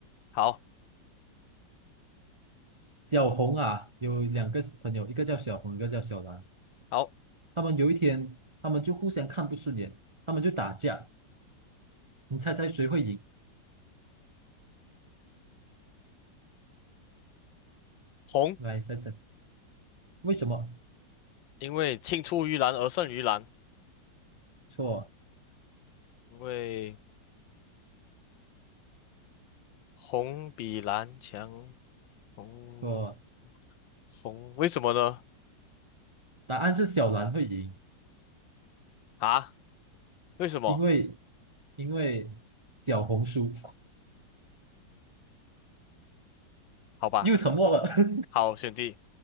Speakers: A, on the left; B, on the right.
A: 好，
B: 小红啊，有两个朋友，一个叫小红，一个叫小蓝。
A: 好，
B: 他们有一天，他们就互相看不顺眼，他们就打架。你猜猜谁会赢？
A: 红，
B: 来猜猜，为什么？
A: 因为青出于蓝而胜于蓝，
B: 错
A: 因为红比蓝强。红
B: 错，
A: 红，为什么呢？
B: 答案是小蓝会赢，
A: 啊，为什么？
B: 因为因为小红输。
A: 好吧，
B: 又沉默了。<laughs>
A: 好，选 D。